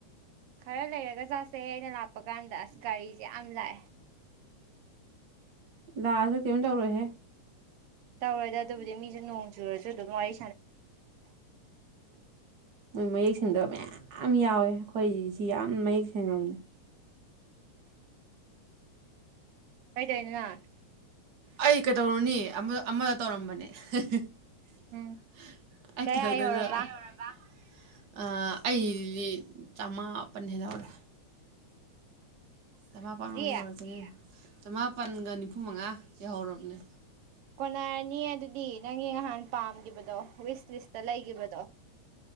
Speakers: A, on the right; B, on the right.
A: ꯈꯔ ꯂꯩꯔꯒ ꯆꯥꯁꯦ ꯑꯩꯅ ꯂꯥꯛꯄ ꯀꯥꯟꯗ ꯑꯁ ꯒꯥꯔꯤꯁꯦ ꯌꯥꯝ ꯂꯥꯛꯑꯦ
B: ꯅꯁꯨ ꯀꯩꯝ ꯇꯧꯔꯣꯏꯍꯦ
A: ꯇꯧꯔꫭꯏꯗ ꯑꯗꯨꯕꯨꯗꯤ ꯃꯤꯁꯨ ꯅꯣꯡ ꯆꯨꯔꯁꯨ ꯑꯗꯨ ꯃꯣꯏ
B: ꯃꯥꯅꯦ ꯊꯤꯟꯗꯕ ꯃꯌꯥꯝ ꯌꯥꯎꯋꯦ ꯑꯩꯈꯣꯏꯁꯤ ꯌꯥꯝꯅ ꯃꯌꯦꯛ ꯁꯦꯡꯉꯅꯕꯅꯤ
A: ꯀꯩ ꯇꯧꯔꯤꯅꫭ ꯅꯪ
B: ꯑꯩ ꯀꯩꯗꯧꯔꯨꯅꯤ ꯑꯃꯗ ꯇꯧꯔꯝꯕꯅꯦ <unintelligible>
A: ꯎꯝ ꯀꯌꯥ ꯌꯧꯔꯕ
B: ꯑꯩꯗꯤ ꯆꯥꯝꯃꯥ ꯄꯟ ꯍꯦꯟ ꯍꯧꯔꯦ ꯆꯃ ꯄꯟꯃꯨꯛ
A: ꯀꯔꯤ
B: ꯍꯦꯜꯍꯧꯔꯦ ꯆꯃꯥꯄꯜꯒ ꯅꯤꯐꯨ ꯃꯉꯥ ꯌꯧꯍꯧꯔꯕꯅꯦ
A: ꯀꯣꯟꯅꯔꯅꯤ ꯑꯗꯨꯗꯤ ꯅꯪꯒꯤ ꯉꯍꯥꯟ ꯄꯥꯝꯈꯤꯕꯗꯣ ꯋꯤꯁ ꯂꯤꯁꯇ ꯂꯩꯈꯤꯕꯗꯣ